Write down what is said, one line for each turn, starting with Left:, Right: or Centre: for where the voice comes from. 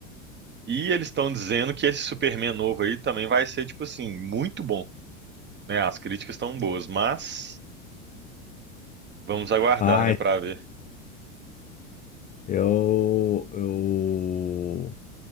Right: E eles estão dizendo que esse Superman novo aí também vai ser, tipo assim, muito bom, né? As críticas estão boas, mas vamos aguardar,
Left: Ah,
Right: né, pra ver.
Left: Eu, eu,